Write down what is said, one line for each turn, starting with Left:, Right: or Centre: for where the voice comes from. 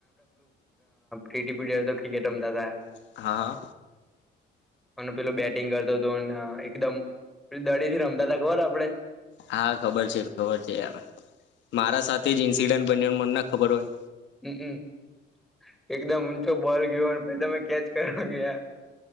Centre: પિટી પિરિયડ તો ક્રિકેટ રમતા તા.
Left: હા હા
Centre: અને પેલો બેટિંગ કર <unintelligible> એકદમ દડીથી રમતા ત ખબર આપડે.
Left: હા ખબર છે. ખબર છે યાર. મારા સાથે જ ઇન્સિડન્ટ બન્યો મન ના ખબર હોય.
Centre: હમ એકદમ ઊંચો બોલ ગયોને પ તમે કેચ કરવા ગયા